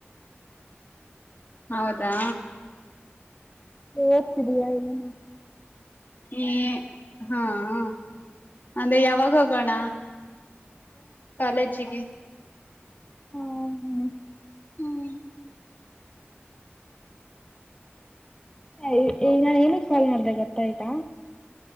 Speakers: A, on the left; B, on the left.
A: ಹೌದಾ
B: ಓತ್ತಿದಿಯಾ ಏನೂ
A: ಏ ಹಾ ಆ ಅಂದ್ರೆ ಯಾವಾಗ್ ಹೋಗಣ. ಕಾಲೇಜಿಗೆ
B: ಹೋಗಿನಿ.
A: ಹ್ಮ
B: ಏ ಅಯ್ ಏಯ್ ನಾನ್ ಏನುಕ್ ಕಾಲ್ ಮಾಡ್ದೆ ಗೊತ್ತ ಈಗ